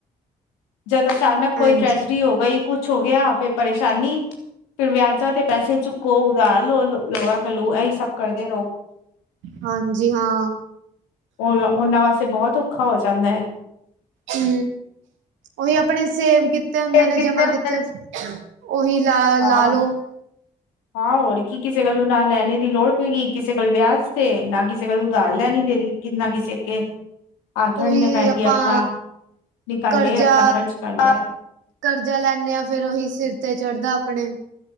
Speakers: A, on the left; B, on the right.
A: ਜਦ ਅਚਾਨਕ ਕੋਈ
B: ਹਾਂਜੀ
A: ਟ੍ਰੈਜਡੀ ਹੋ ਗਈ ਕੁਛ ਹੋ ਗਿਆ ਫੇਰ ਪਰੇਸ਼ਾਨੀ ਫਿਰ ਵਿਆਜਾਂ ਤੇ ਪੈਸੇ ਚੁੱਕੋ ਉਧਾਰ ਲੋ ਲੋ ਕਲੋ ਇਹੀ ਸਭ ਕਰਦੇ ਰਹੋ।
B: ਹਾਂਜੀ ਹਾਂ।
A: ਉਹਨ ਉਹਨਾਂ ਵਾਸਤੇ ਬਹੁਤ ਔਖਾ ਹੋ ਜਾਂਦਾ।
B: ਹੁ ਉਹੀ ਅਪਣੇ ਸੇਵ ਕੀਤੇ ਹੁੰਦੇ
A: ਸੇਵ
B: ਨੇ ਜਮਾ
A: ਹੁੰਦੇ
B: ਕੀਤੇ
A: ਨੇ
B: ਉਹੀ ਲਾ
A: ਹਾਂ
B: ਲਾਲੋ।
A: ਹਾਂ ਹੋਰ ਕੀ ਕਿਸੇ ਕੋਲੋਂ ਨਾ ਲੈਨੇ ਦੀ ਲੋੜ ਪਏਗੀ ਕਿਸੇ ਕੋਲੋਂ ਵਿਆਜ ਤੇ ਨਾ ਕਿਸੇ ਕੋਲੋਂ ਉਧਾਰ ਲੈਨੀ ਦੇਨੀ ਕਿੰਨਾ ਕਿਸੇ ਅੱਗੇ ਹਥ
B: ਉਹੀ
A: ਅਡਣੇ -ਪੈਨਗੇ
B: ਆਪਾਂ
A: ਅਪਣਾ ਨਿਕਾਲੇ
B: ਕਰਜ਼ਾ
A: ਅਪਨਾ ਖਰਚ ਕਰ ਲੈ।
B: ਕਰਜ਼ਾ ਲੈਂਨੇ ਆ ਫੇਰ ਉਹੀ ਸਿਰ ਤੇ ਚੜਦਾ ਆਪਣੇ।